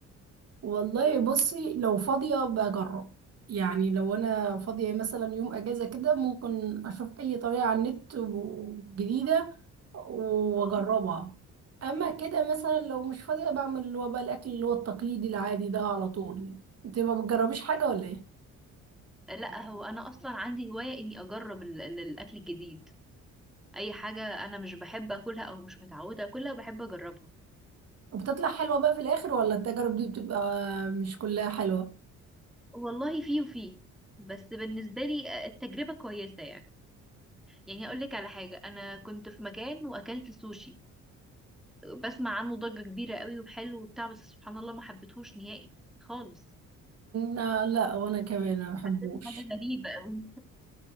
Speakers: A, on the right; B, in the centre.
A: والله بصي لو فاضيه بجرب يعني لو انا فاضيه مثلا يوم اجازه كده ممكن اشوف اي طريقه على النت و- جديده واجربها
B: اه
A: اما كده مثلا لو مش فاضيه بعمل اللي هو بقى الاكل اللي هو التقليدي العادي ده على طول يعني انت ما بتجربيش حاجه ولا ايه
B: آه، لا هو انا اصلا عندي هوايه اني اجرب ال- ال- الاكل الجديد اي حاجه انا مش بحب اكلها او مش متعوده اكلها بحب اجربها
A: وبتطلع حلوه بقى في الاخر ولا التجارب دي بتبقى مش كلها حلوه
B: والله في وفي بس بالنسبه لي آه، التجربه كويسه يعني يعني اقول لك على حاجه انا كنت في مكان واكلت سوشي بسمع عنه ضجه كبيره قوي وحلو وبتاع بس سبحان الله ما حبيتهوش نهائي خالص
A: لا لا وانا كمان ما بحبوش
B: حسيته حاجه غريبه قوي